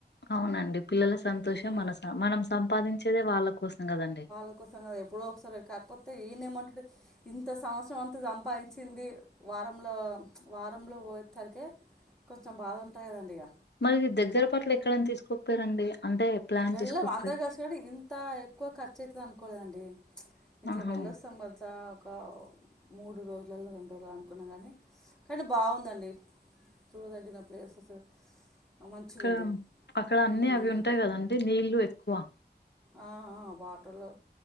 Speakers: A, on the left; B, in the centre.
A: అవునండి పిల్లల సంతోషం
B: మ్మ్.
A: మనసా మనం సంపాదించేదే వాళ్ళ కోసం కదండి
B: ఒక్కోసారి ఎప్పుడో ఒక సారీ కాకపోతే ఇప్పుడు <inaudible> ఇంత సంవత్సరం అంతా సంపాదించింది వారంల వారంలో పోయేతరికే కొంచెం బాధ ఉంటది కదా అండి ఇగ
A: మరి మీ దగ్గర పట్ల ఎక్కడన్నా తీసుకోకపోయారండి అంటే ప్లాన్
B: వెళ్ళాం
A: చేసుకోకపోయారు
B: అందరు కలిసినప్పుడు ఇంత ఎక్కువ ఖర్చు అయితది అనుకోలేదండి ఇట్లా
A: ఆహా
B: వెళ్ళొస్తాం మజాక్ మూడు రోజులల్లో రెండు రోజులో అనుకున్నా కానీ కానీ బాగుందండి చూడదగిన ప్లేసెస్ మంచిగా
A: అక్క
B: ఉంది
A: అక్కడ
B: మ్మ్.
A: అన్ని అవి ఉంటాయి కదండి నీళ్ళు ఎక్కువ
B: ఆ ఆ వాటరు